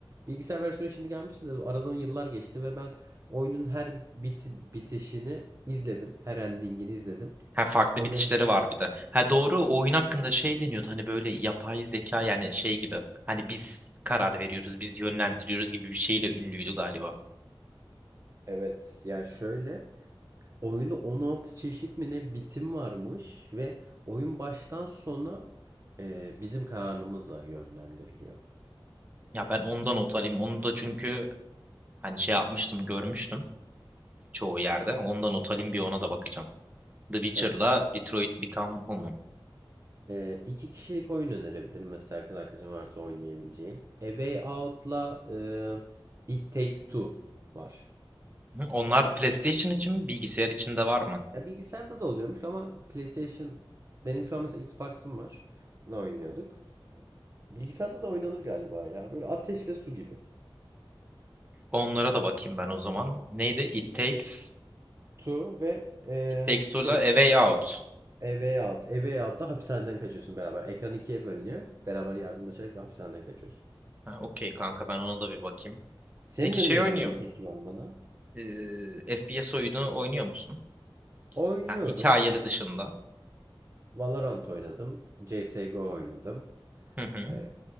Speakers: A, on the right; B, on the right.
A: Bilgisayar versiyonu şimdi gelmişti de aradan yıllar geçti ve ben oyunun her biti- bitişini izledim. Her endingini izledim.
B: Ha farklı
A: Oynanışını.
B: bitişleri var bir de. Ha doğru o oyun hakkında şey deniyordu hani böyle yapay zeka yani şey gibi. Hani biz karar veriyoruz, biz yönlendiriyoruz gibi bir şeyle ünlüydü galiba.
A: Evet ya şöyle oyunda 16 çeşit mi ne bitim varmış ve oyun baştan sona e, bizim kararlılığımızla yönlendiriliyor.
B: Ya ben ondan not alayım. Onu da çünkü hani şey yapmıştım, görmüştüm çoğu yerde. Ondan not alayım bir ona da bakacağım. The Witcher'la
A: Evet
B: Detroit Become Human.
A: Ee, iki kişilik oyun önerebilirim mesela kız arkadaşın varsa oynayabileceğin. A Way Out'la e, It Takes Two var.
B: Hı, Onlar PlayStation için mi, bilgisayar için de var mı?
A: Ya bilgisayarda da oluyormuş ama PlayStation benim şu an mesela Xbox'ım var. Ne oynuyorduk? Bilgisayarda da oynanır galiba ya. Böyle ateş ve su gibi.
B: Onlara da bakayım ben o zaman. Neydi? It Takes.
A: Two ve e,
B: It Takes Two'la
A: şey
B: A Way Out.
A: A Way Out. A Way Out'ta hapishaneden kaçıyorsun beraber. Ekran ikiye bölünüyor. Beraber yardımlaşarak hapishaneden kaçıyorsun.
B: Ha, okey kanka ben ona da bir bakayım.
A: Senin
B: Peki
A: önerebileceğin
B: şey oynuyor.
A: peki var mı bana?
B: Ee, FPS oyunu oynuyor musun?
A: Oynuyorum.
B: Ha, hikayeli dışında.
A: Valorant oynadım. CSGO oynadım.
B: Hı hı.
A: Ee,